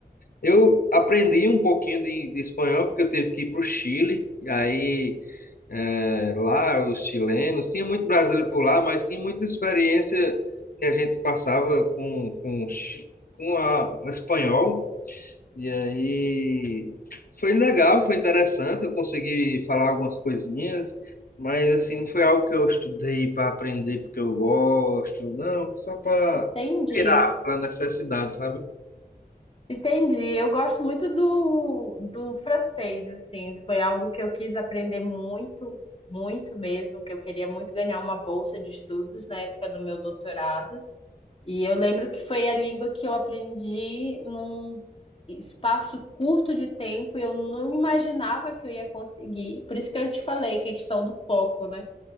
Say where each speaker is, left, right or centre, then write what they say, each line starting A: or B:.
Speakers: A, on the left; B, on the left.
A: eu aprendi um pouquinho de, de espanhol porque eu tive que ir para o Chile, e aí. É, lá, os chilenos, tinha muito brasileiro por lá, mas tinha muita experiência que a gente passava com, com, chi- com a, o espanhol. E aí foi legal, foi interessante. Eu consegui falar algumas coisinhas, mas assim, não foi algo que eu estudei para aprender porque eu gosto, não, só para
B: entendi.
A: virar, pela necessidade, sabe?
B: Entendi. Eu gosto muito do, do francês, assim. Foi algo que eu quis aprender muito, muito mesmo, que eu queria muito ganhar uma bolsa de estudos na época do meu doutorado. E eu lembro que foi a língua que eu aprendi num espaço curto de tempo e eu não imaginava que eu ia conseguir. Por isso que eu te falei que é questão do foco, né?